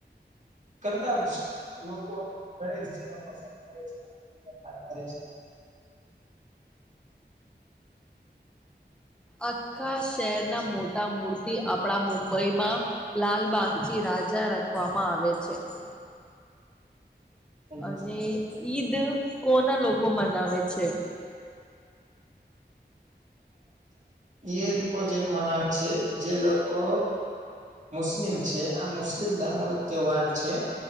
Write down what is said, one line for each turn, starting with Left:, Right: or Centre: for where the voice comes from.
Right: કરતા છે લોકો ગણેશજી ન પસંદ કરે છે પૂજ પાઠ કરે છે.
Centre: આખા શહેરના મોટા મૂર્તિ આપણા મુંબઈમાં લાલબાગજી રાજા રાખવામાં આવે છે.
Right: છે
Centre: અને ઈદ કોના લોકો મનાવે છે?
Right: એ લોકો જે મનાવે છે જે લોકો મુસ્લિમ છે આ મુસ્લિમ ધર્મો નો તહેવાર છે.